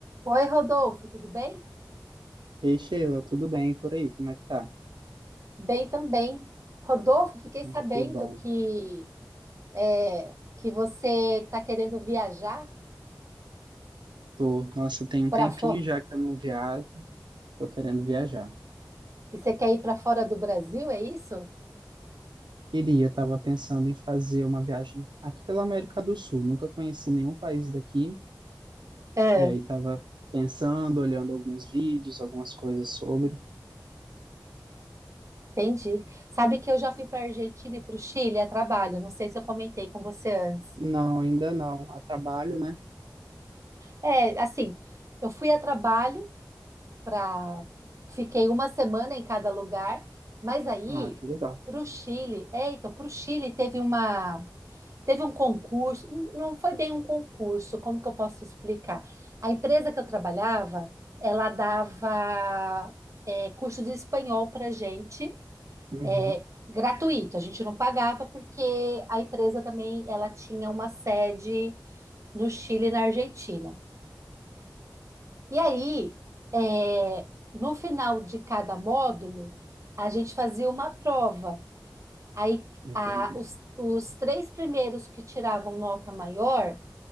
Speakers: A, on the right; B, on the right.
A: Oi, Rodolfo, tudo bem?
B: Ei, Sheila, tudo bem por aí? Como é que tá?
A: Bem também. Rodolfo, fiquei
B: Ai,
A: sabendo
B: que bom.
A: que é, que você está querendo viajar
B: Tô, nossa, tem um
A: para
B: tempinho
A: fora
B: já que eu não viajo, tô querendo viajar.
A: e você quer ir para fora do Brasil, é isso?
B: Queria, tava pensando em fazer uma viagem aqui pela América do Sul, nunca conheci nenhum país daqui,
A: É.
B: e aí tava pensando, olhando alguns vídeos, algumas coisas sobre.
A: Entendi. Sabe que eu já fui para a Argentina e para o Chile a trabalho. Não sei se eu comentei com você antes.
B: Não, ainda não. A trabalho, né?
A: É, assim, eu fui a trabalho para fiquei uma semana em cada lugar, mas aí
B: Ah, que legal.
A: para o Chile, é, então para o Chile teve uma Teve um concurso, não foi bem um concurso, como que eu posso explicar? A empresa que eu trabalhava, ela dava é, curso de espanhol para gente,
B: Uhum,
A: é, gratuito. A gente não pagava porque a empresa também ela tinha uma sede no Chile e na Argentina. E aí, é, no final de cada módulo, a gente fazia uma prova. Aí,
B: entendi.
A: a- os, os três primeiros que tiravam nota maior